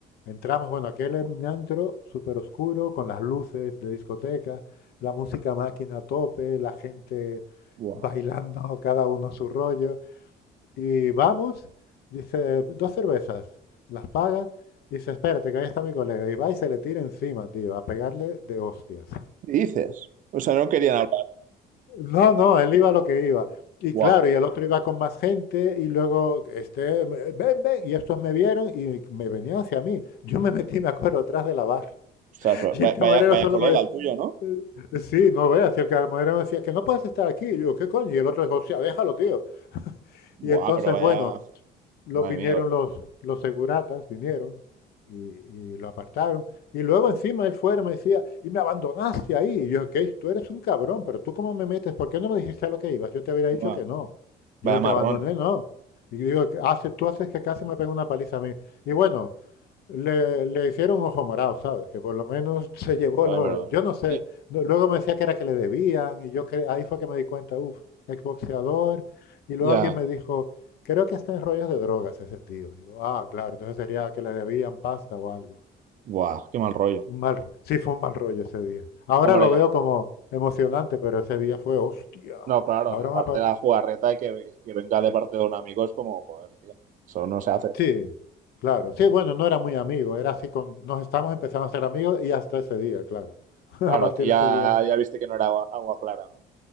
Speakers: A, on the left; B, on the right.
A: Entramos, bueno, aquel era un antro súper oscuro, con las luces de discoteca, la música máquina a tope, la gente
B: Guau.
A: bailando, cada uno a su rollo. Y vamos, dice, dos cervezas, las paga, y dice, espérate, que ahí está mi colega. Y va y se le tira encima, tío, a pegarle de hostias.
B: ¿Qué dices? O sea, no querían hablar.
A: No, no, él iba a lo que iba. Y
B: Guau.
A: claro, y el otro iba con más gente, y luego, este, ven, ven, y estos me vieron y me venían hacia mí. Yo me metí, me acuerdo, atrás de la barra.
B: Ostras,
A: <laughs>
B: pero
A: Y
B: va-
A: el camarero
B: vaya, vaya
A: solo
B: colega
A: me,
B: el tuyo, ¿no?
A: eh, Sí, no veas, y el camarero me decía que no puedes estar aquí. Y yo, ¿qué coño? Y el otro dijo, "Hostia, déjalo, tío. Y
B: Guau,
A: entonces,
B: pero vaya.
A: bueno, los
B: Madre
A: vinieron
B: mía,
A: los, los seguratas, vinieron y, y, lo apartaron. Y luego encima él fuera me decía, y me abandonaste ahí. Y yo, Keith, tú eres un cabrón, pero tú cómo me metes, ¿por qué no me dijiste a lo que ibas? Yo te hubiera dicho
B: guau.
A: que no. Yo
B: vaya
A: te
B: marrón.
A: abandoné, no. Y digo, hace, tú haces que casi me pega una paliza a mí. Y bueno, le, le hicieron ojo morado, ¿sabes? Que por lo menos se llevó
B: Joder,
A: los...
B: pero.
A: Yo no sé,
B: Sí.
A: no- luego me decía que era que le debían y yo cre- ahí fue que me di cuenta, uff, exboxeador. Y luego
B: Ya.
A: alguien me dijo, creo que está en rollos de drogas ese tío. Digo, ah, claro, entonces sería que le debían pasta o algo.
B: Guau, qué mal rollo.
A: Un mal, sí, fue un mal rollo ese día. Ahora
B: Hombre,
A: lo veo como emocionante, pero ese día fue, hostia,
B: no, claro,
A: ahora
B: aparte
A: me... apar-
B: de la jugarreta y que, que venga de parte de un amigo es como, joder, tío. Eso no se hace.
A: Sí, claro. Sí, bueno, no era muy amigo, era así con... Nos estábamos empezando a ser amigos y hasta ese día, claro. <laughs> A
B: Claro,
A: partir
B: aquí ya,
A: de ese día
B: ya viste que no era agua, agua clara, ¿no?